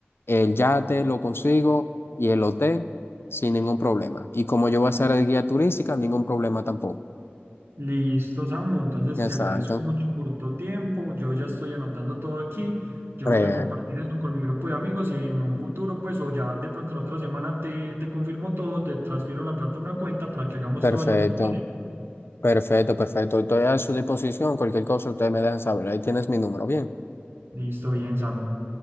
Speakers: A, on the left (about 65°); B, on the right (about 70°).
A: el yate lo consigo y el hotel sin ningún problema. Y como yo voy a ser el guía turística, ningún problema tampoco.
B: Listo, Samu. Entonces
A: Exacto.
B: te agradezco mucho por tu tiempo. Yo ya estoy anotando todo aquí. Yo
A: Real.
B: voy a compartir eso con mi grupo de amigos y en un futuro, pues, o ya de pronto la otra semana te, te confirmo todo, te transfiero la plata a una cuenta para que hagamos
A: Perfecto,
B: todo eso, ¿te parece?
A: perfecto, perfecto. Estoy a su disposición. Cualquier cosa ustedes me dejan saber. Ahí tienes mi número. Bien.
B: Listo, bien, Samu.